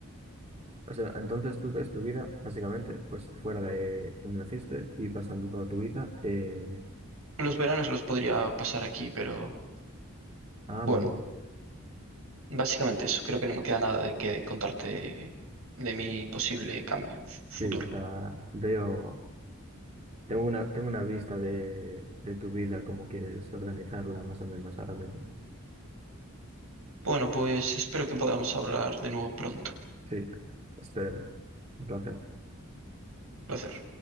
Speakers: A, on the right; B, on the right.
A: o sea, entonces tú ves tu vida básicamente pues fuera de donde naciste y pasando toda tu vida. Eh,
B: Los veranos los podría pasar aquí, pero
A: ah,
B: bueno,
A: mi-
B: básicamente eso. Creo que no me queda nada de que contarte de mi posible cambio futuro.
A: sí, o sea, veo, tengo una, tengo una vista de, de tu vida, cómo quieres organizarla más o menos ahora mismo.
B: Bueno, pues espero que podamos hablar de nuevo pronto.
A: Sí, esperemos. Un placer.
B: Placer.